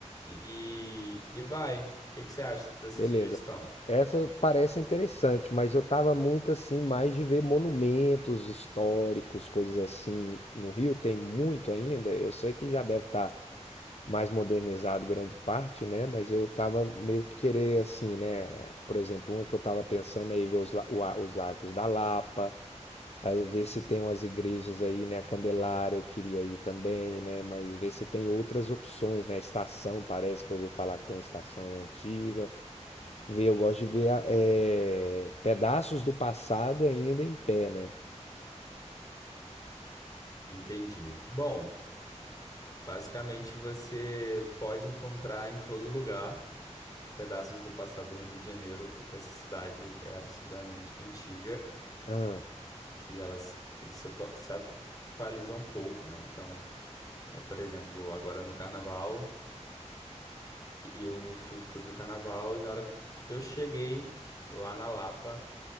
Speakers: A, on the left; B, on the left.
A: e, e vai. O que que você acha dessa
B: Beleza.
A: sugestão?
B: Essa parece interessante, mas eu tava muito assim, mais de ver monumentos históricos, coisas assim. No Rio tem muito ainda, eu sei que já deve estar mais modernizado grande parte, né? Mas eu tava meio que querer assim, né? Por exemplo, uma que eu tava pensando aí ver os, la- o a- os arcos da Lapa, ah, ver se tem umas igrejas aí, né? A Candelária eu queria ir também, né? Mas ver se tem outras opções, né? A estação, parece que eu ouvi falar que tem uma estação aí antiga. Ver, eu gosto de ver a- eh, pedaços do passado ainda em pé, né?
A: Entendi. Bom, basicamente você pode encontrar em todo lugar pedaços do passado no Rio de Janeiro, porque essa cidade é absurdamente antiga
B: Ah,
A: e elas eles se atua- se atualizam um pouco, né? Então, é, por exemplo, agora no Carnaval. E eu fui, fui pro carnaval e na hora que eu cheguei lá na Lapa,